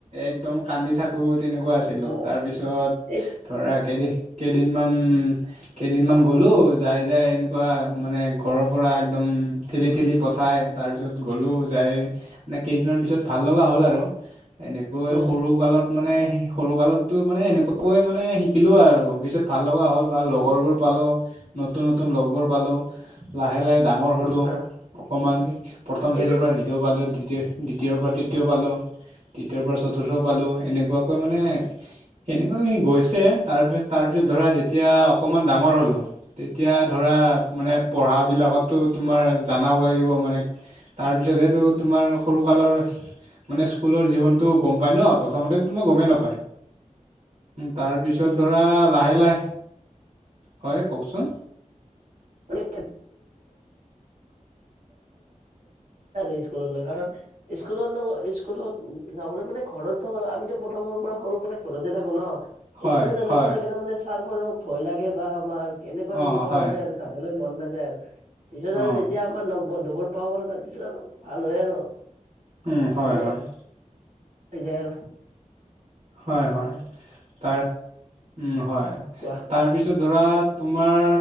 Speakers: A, on the right; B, on the right.
A: একদম কান্দি থাকো তেনেকুৱা আচি আছিলো
B: অ
A: তাৰপিছত
B: এই
A: ধৰা কেইদি কেইদিনমান কেইদিনমান গ'লো যাই যাই এনেকুৱা মানে ঘৰৰ পৰা একদম ঠেলি ঠেলি পঠাই তাৰপিছত গ'লোঁ যায় মানে কেইদিনমান পিছত ভাল লগা হ'ল আৰু। এনেকৈ
B: হয়
A: সৰু কালত মানে সৰু কালতটো মানে এনেকুৱাকৈ মানে শিকিলো আৰু পিছত ভাল লগা হ'ল বা লগৰবোৰ
B: হয়
A: পালোঁ। নতুন নতুন লগবোৰ পালোঁ। লাহে লাহে ডাঙৰ হ'লো
B: অ
A: অকমান। প্ৰথম শ্ৰেণীৰ
B: এইটো
A: পৰা দ্বিতীয় পালোঁ, দ্বিতীয় দ্বিতীয়ৰ পৰা তৃতীয় পালোঁ, তৃতীয়ৰ পৰা চতুৰ্থ পালোঁ, এনেকুৱাকৈ মানে সেনেকুৱাখিনি গৈছে। তাৰপিছ -তাৰপিছত ধৰা যেতিয়া অকমান ডাঙৰ হ'লো তেতিয়া ধৰা মানে পঢ়া বিলাকতটো তোমাৰ জনাব হ'ব লাগিব মানে তাৰপিছতহেটো তোমাৰ সৰুকালৰ মানে স্কুলৰ জীৱনটো গম পাই ন'। প্ৰথমটো তোমাৰ গমেই নাপায়। তাৰপিছত ধৰা লাহে লাহে হয় কওকচোন?
B: <unintelligible> ইস্কুললৈ জান নাই। স্কুলত লগ স্কুলত যাবলৈ মানে ঘৰতটো আমিটো প্ৰথমৰ পৰা, সৰুৰ পৰা ঘৰতে থাকো ন'।
A: হয়
B: স্কুলত এনেকুৱা
A: হয়
B: লাগে তাৰমানে ছাৰবোৰক ভয় লাগে বা আমাৰ এনেকুৱা
A: অ
B: তুমি কোৱাৰ
A: হয়
B: দৰে আৰু যাবলৈ মন নাযায় আৰু। পিছত আৰু
A: অ
B: যেতিয়া আমাৰ লগ বন্ধু বোৰ পাওঁ আৰু তাৰপিছত আৰু ভাল হয় আৰু,
A: উম হয়
B: মানে
A: হয়
B: গে'ল।
A: হয়। হয়। তাৰ উম। হয়।
B: কোৱা
A: তাৰপিছ ধৰা তোমাৰ